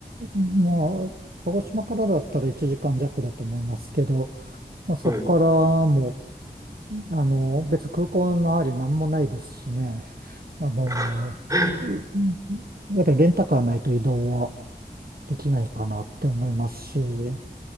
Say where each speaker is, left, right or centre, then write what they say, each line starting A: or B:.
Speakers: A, on the right; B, on the right.
A: まあ、鹿児島からだったら1時間弱だと思いますけど、まあ、そこからも
B: はい。
A: う、あのー別に空港の周り何もないですしね、あのーい
B: <laughs>
A: やっぱりレンタカーないと移動はできないかなって思いますし、